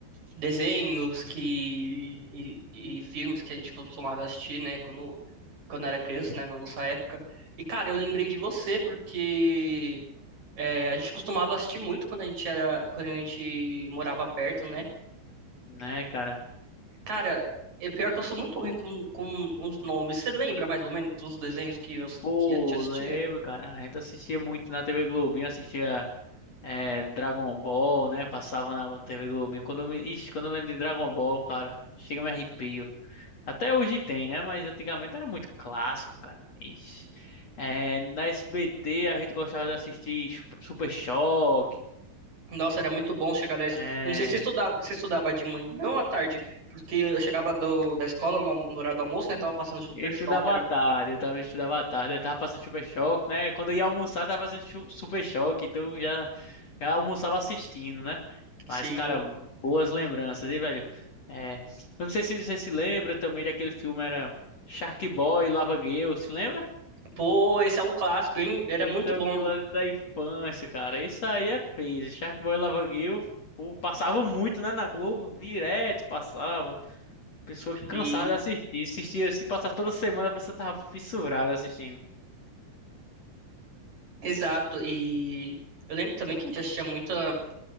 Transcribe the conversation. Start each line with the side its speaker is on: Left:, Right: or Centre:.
Right: desenhos que e, e filmes que a gente costumava assistir, né, quando, quando era criança, né, na nossa época. E, cara, eu lembrei de você porque é, a gente costumava assistir muito quando a gente era, quando a gente morava perto, né?
Left: Né, cara?
Right: Cara, é pior que eu sou muito ruim com, com os nomes. Você lembra mais ou menos dos desenhos que, eu-
Left: Pô,
Right: que a gente assistia?
Left: lembro, cara. A gente assistia muito na TV Globinho, assistia é, Dragon Ball, né? Passava na TV Globinho. Quando eu me... Ixi, quando eu lembro de Dragon Ball, cara, chega me arrepio. Até hoje tem, né? Mas antigamente era muito clássico, cara. Ixi. É, na SBT a gente gostava de assistir Chu- Super Choque.
Right: Nossa, era muito bom chegar da... es-
Left: É,
Right: Eu não sei se você estudava, você estudava de manhã ou à tarde, porque eu chegava do- da escola no, no horário do almoço, né? Tava passando Super
Left: eu estudava
Right: Choque, era...
Left: à tarde, eu tava estudava à tarde, eu tava passando Super Choque, né? Quando eu ia almoçar, eu tava passando chu- Super Choque, então eu já, já almoçava assistindo, né?
Right: Sim,
Left: Mas, cara, boas lembranças, hein, velho? É, eu não sei se você se lembra também daquele filme, era Shark Boy, Lava Girl, se lembra?
Right: pô, esse é um clássico, hein? Era
Left: Isso
Right: muito
Left: é
Right: bom.
Left: o que lá da infância, cara. Isso aí é peso. Shark Boy, e Lava Girl, pô, passava muito, né, na Globo, direto passava. Pessoa
Right: Sim,
Left: cansada de assistir. Assistia, se passar toda semana, a pessoa tava fissurada assistindo.
Right: exato. E eu lembro também que a gente assistia muita